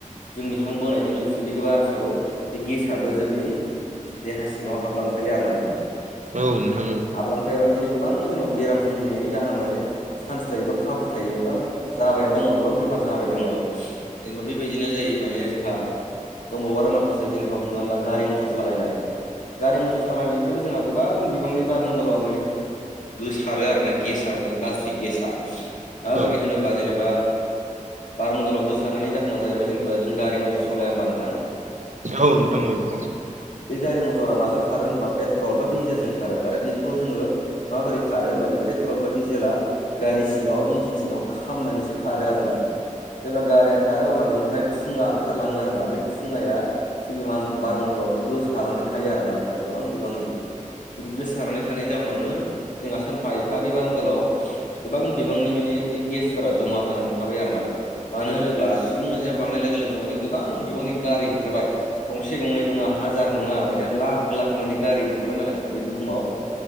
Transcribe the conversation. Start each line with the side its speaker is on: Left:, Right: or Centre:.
Left: जोंनि हां बोनायजों लोगोसे बे बारासाबो बे गेसआबो जोंनि। देहा सिङाव हाबलांफायो आरो ना नोंथां
Right: औ नोंथां
Left: आबलां फायाबा बिदिनो गोबां जेनेबा बेराम सोमजिनायनि जाहा माने चान्स थायो बा खाबु थायो बा जाबायनो दङ गोबां बेमार जाबाय दङ जेनेबा बेबायदिनो जायो माने जोंहा दंबावो आरो माखासे जेनेबा हमनानै ला गारि मथर सालायनाय। गारि मथर सालायनायनिफ्रायबो जोंहा गोबां बिबांनि बारमण्डलाव माने गोसारो आरो ना गेसा माने गाज्रि गेसा माबोरै
Right: औ
Left: होनोब्ला जेनेबा बारमन्दलाव गोसारनायनि जाहोना जाहैबाय जेनेबा जों गारि मथर सालाया हबा नोंथां?
Right: औ नोथां औ औ
Left: बे गारि मथरा माजों खारो होनबा पेट्रल बा डिजेलजों खारो आरो बेखौ जोङो। माबोरै खारो होनबा बे पेट्रल बा डिजेला। गारि सिङाव इन्जिन सिङाव खामनानैसो खारो आरो ना। जेब्ला गारिया खारो अब्ला बेनिफ्राय थुङा ओंखारलाङो आरोना बे थुङाया। जेनेबा बारमन्दलावनो गोसारनानै थायो आरो ना नोंथां गोबां बिबांनि बिदि गोसारनानै। थानायनि जाहोनावनो जोंहा सानफा एफा बे बारम दलाव गोबां बिबांनि माने बे गेसफोरा जमा जानानै थाबाय आरोना मानो होनोब्ला सुबुं मोनजिमा बांनाय लोगो लोगो माने गोबां बिबांनि गारि ओंखारबाय। गंसे गंनै नङा हाजार नङा माने लाख लाख माने गारि ओंखारबाय नालाय नोंथां बे बुहुमाव।